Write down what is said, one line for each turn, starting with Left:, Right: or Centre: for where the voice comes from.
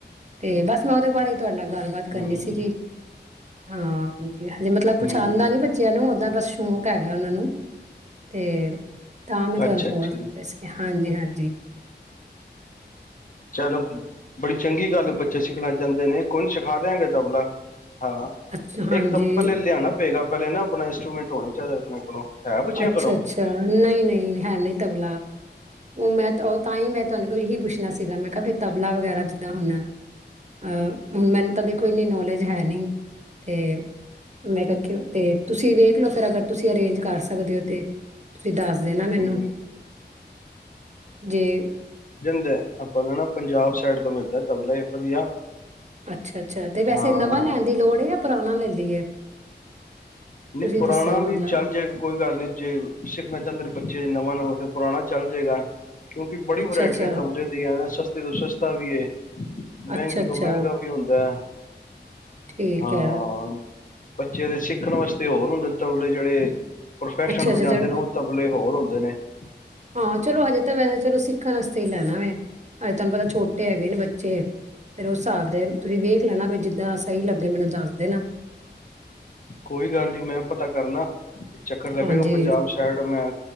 Right: ਤੇ ਬਸ ਮੈਂ ਉਹਦੇ ਬਾਰੇ ਤੁਹਾਡੇ ਨਾਲ ਗੱਲਬਾਤ ਕਰਨੀ
Left: ਹਮ
Right: ਸੀਗੀ। ਹਾ ਹਾਂਜੀ ਹਜੇ ਮਤਲਬ ਕੁਛ
Left: ਹਮ
Right: ਆਉਂਦਾ ਨੀ ਬੱਚਿਆਂ ਨੂੰ ਓਦਾਂ ਬਸ ਸ਼ੌਕ ਹੈਗਾ ਉਹਨਾਂ ਨੂੰ। ਤੇ ਤਾਂ ਮੈਂ ਤੁਹਾਨੂੰ
Left: ਅੱਛਾ
Right: ਕਾਲ
Left: ਠੀਕ
Right: ਕਰਨੀ ਸੀ ਹਾਂਜੀ-ਹਾਂਜੀ।
Left: ਚਲੋ ਬੜੀ ਚੰਗੀ ਗੱਲ ਹ ਬੱਚੇ ਸਿਖਣਾ ਚਾਂਦੇ ਨੇ ਕੋਈ ਨਹੀਂ ਸਿਖਾ ਦਾਂਗੇ ਤਬਲਾ। ਹਾਂ
Right: ਅੱਛਾ ਹਾਂਜੀ
Left: ਇੱਕ ਤਾਂ ਪਲੇ ਲਿਆਣਾ ਪਏਗਾ ਪਹਿਲੇ ਨਾ ਆਪਣਾ ਇੰਸਟਰੂਮੈਂਟ ਹੋਣੇ ਚਾਹੀਦਾ ਆਪਣੇ ਕੋਲੋਂ। ਹੈ ਬੱਚਿਆਂ
Right: ਅੱਛਾ-ਅੱਛਾ
Left: ਕੋਲੋਂ
Right: ਨਹੀਂ-ਨਹੀਂ ਹੈ ਨਹੀਂ ਤਬਲਾ ਉਹ ਮੈਂ ਉਹ ਤਾਂ ਹੀ ਮੈਂ ਤੁਹਾਨੂੰ ਕੋਲ ਇਹੀ ਪੁੱਛਣਾ ਸੀਗਾ ਮੈਂ ਕਿਹਾ ਵੀ ਤਬਲਾ ਵਗੈਰਾ ਜਿੱਦਾਂ ਹੁਣ ਅਹ ਹੁਣ ਮੈਨੂੰ ਤਾਂ ਦੇਖੋ ਇੰਨੀ ਨੌਲੇਜ ਹੈ ਨਹੀਂ ਤੇ ਮੈਂ ਕ ਤੇ ਤੁਸੀਂ ਵੇਖ ਲੋ ਫਿਰ ਅਗਰ ਤੁਸੀਂ ਅਰੇਂਜ ਕਰ ਸ ਸਕਦੇ ਹੋ ਤੇ ਤੁਸੀਂ ਦੱਸ ਦੇਨਾ ਮੈਨੂੰ
Left: ਹਮ
Right: ਜੇ
Left: ਦ ਆਪਾਂ ਨੂੰ ਨਾ ਪੰਜਾਬ ਸਾਈਡ ਤੋਂ ਮਿਲਦਾ ਤਬਲੇ ਵਧੀਆ।
Right: ਅੱਛਾ-ਅੱਛਾ ਤੇ ਵੈਸੇ
Left: ਹਾਂ
Right: ਨਵਾਂ ਲੈਣ ਦੀ ਲੋੜ ਹੈ ਜਾਂ ਪੁਰਾਣਾ ਲੈ ਲਈਏ
Left: ਨਹੀਂ
Right: ਤੁਸੀਂ
Left: ਪੁਰਾਣਾ
Right: ਦੱਸੋ ਮਤਲਬ
Left: ਵੀ ਚੱਲ ਜੇ ਕੋਈ ਗੱਲ ਨੀ ਜੇ ਸਿੱਖਣਾ ਚਾਹੁੰਦੇ ਬੱਚੇ ਨਵਾਂ-ਨਵਾਂ ਪੁਰਾਣਾ ਚੱਲ ਜਾਏਗਾ। ਕਿਉਂਕਿ ਬੜੀ
Right: ਅੱਛਾ-ਅੱਛਾ,
Left: ਵਰਾਇਟੀਆਂ ਤਬਲੇ ਦੀਆਂ ਸਸਤੇ ਤੋਂ ਸਸਤਾ ਵੀ ਏ ਮਹਿੰਗੇ
Right: ਅੱਛਾ-ਅੱਛਾ
Left: ਤੋਂ ਮਹਿੰਗਾ ਵੀ ਹੁੰਦਾ
Right: ਠੀਕ
Left: ਹਾਂ।
Right: ਹੈ
Left: ਬੱਚੇ ਦੇ ਸਿੱਖਣ ਵਾਸਤੇ ਹੋਰ ਹੁੰਦੇ ਨੇ ਤਾਂਲੇ ਜਿਹੜੇ ਪ੍ਰੋਫੈਸ਼ਨ
Right: ਅੱਛਾ-ਅੱਛਾ
Left: ਵਜਾਉਂਦੇ
Right: ਜ
Left: ਨੇ ਉਹ ਤਬਲੇ ਹੋਰ ਹੁੰ <unintelligible> <unintelligible>
Right: ਹਾਂ ਚਲੋ ਹਜੇ ਤਾਂ ਵੈਸੇ ਚਲੋ ਸਿੱਖਣ ਵਾਸਤੇ ਹੀ ਲੈਣਾ ਵ ਹਜੇ ਤੁਹਾਨੂੰ ਪਤਾ ਛੋਟੇ ਹੈਗੇ ਨੇ ਬੱਚੇ ਫੇਿਰ ਉਸ ਹਿਸਾਬ ਦੇ ਤੁਸੀਂ ਵੇਖ ਲੈਣਾ ਵੀ ਜਦ ਾਂ ਸਹੀ ਲੱਗੇ ਮੈਨੂੰ ਦੱਸਦੇ ਨਾ
Left: ਕੋਈ ਗੱਲ ਨੀ ਮੈਂ ਪਤਾ ਕਰਨਾ ਇਹ ਚੱਕਰ ਲੱਗੇਗਾ
Right: ਹਾਂਜੀ
Left: ਪੰਜਾਬ ਸਾਇਡ ਮੈਂ